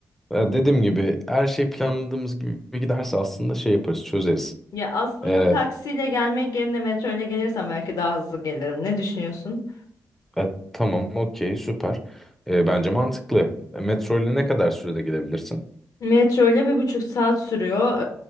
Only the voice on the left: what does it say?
Ya aslında
taksiyle gelmek yerine metro ile gelirsem belki daha hızlı gelirim. Ne düşünüyorsun?
Metro ile bir buçuk saat sürüyor.